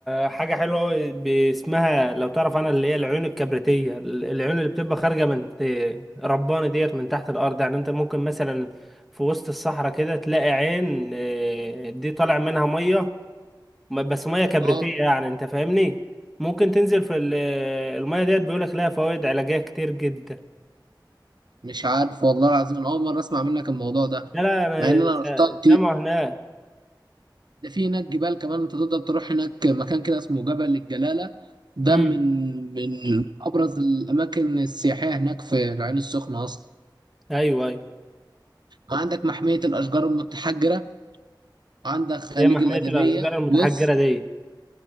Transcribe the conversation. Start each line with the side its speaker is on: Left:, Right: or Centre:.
Centre: حاجة حلوة أوي ب- اسمها لو تعرف عنها اللي هي العيون الكبريتية ال- العيون اللي بتبقى خارجة من ت- ربانة ديت من تحت الأرض يعني أنت ممكن مثلا في وسط الصحراء كده تلاقي عين آه، دي طالع منها مية م- بس مية كبريتية
Right: أه
Centre: يعني أنت فاهمني ممكن تنزل في ال- المية ديت بيقولك لها فوائد علاجية كتير جدا
Right: مش عارف والله العظيم أنا أول مرة أسمع منك الموضوع ده
Centre: لا لا أنا
Right: مع ان انا
Centre: س-
Right: رحتها كتير
Centre: سامعه هناك
Right: ده في هناك جبال كمان انت تقدر تروح هناك مكان كده اسمه جبل الجلالة ده
Centre: أمم
Right: من من ابرز الاماكن السياحية هناك في العين السخنة اصلا
Centre: أيوه أيوه
Right: وعندك محمية الاشجار المتحجرة وعندك خليج
Centre: هي محمية
Right: الادبية
Centre: الأشجار المتحجرة
Right: بص
Centre: دي